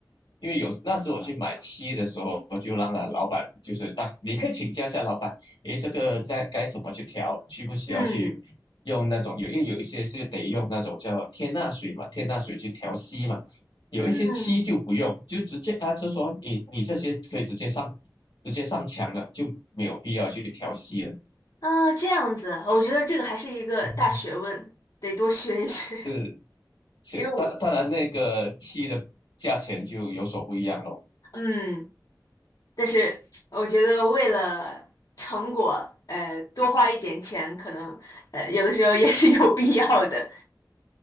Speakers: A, on the left (about 80°); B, on the left (about 55°).
A: 因为有那时我去买漆的时候，我就让了老板，就是当你可以请教一下老板，诶，这个在该怎么去调，需不需要去用那种有，
B: 嗯
A: 因为有一些是得用那种叫天钠水嘛，天钠水去调漆嘛，有一些漆就不用，
B: 嗯，
A: 就直接他就说你你这些可以直接上直接上墙了，就没有必要去调漆了。
B: 啊，这样子，我觉得这个还是一个大学问，
A: 嗯，
B: 得多学一学。
A: 是，
B: <laughs>
A: 是，
B: 因为我，
A: 当当然那个漆的价钱就有所不一样咯。
B: 嗯，但是我觉得为了成果，呃，多花一点钱，可能呃有的时候也是有必要的。